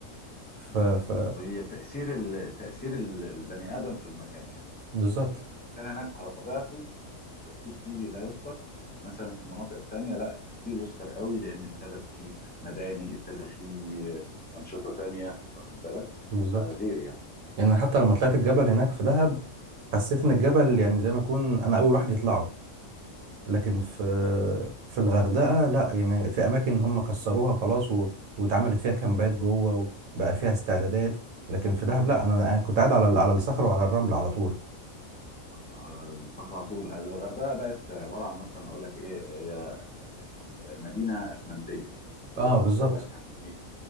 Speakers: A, on the right; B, on the left.
A: ف
B: مظبوط
A: ف
B: هي تاثير ال... تاثير ال- البني ادم في المكان يعني
A: بالظبط
B: كان هناك على طبيعته التأثير فيه لا يذكر مثلا في المناطق التانية لا التسكير يذكر قوي لأن ابتدت فيه مباني ابتدى فيه أنشطة تانية واخد بالك
A: بالظبط
B: فغير يعني
A: يعني حتى لما طلعت الجبل هناك في دهب حسيت ان الجبل يعني زي ما اكون انا اول واحد يطلعه لكن في
B: مظبوط
A: في الغردقه لا يعني في اماكن هم كسروها خلاص و... واتعملت فيها كامبات جوه وبقى فيها استعدادات لكن في دهب لا انا أنا كنت قاعد على ال- على الصخر وعلى الرمل على طول
B: على الصحراء على طول الغردقة بقت عبارة عن مثلا أقول لك إيه هي مدينة أسمنتية اللي
A: اه
B: هو
A: بالظبط
B: بيقول لك يعني إيه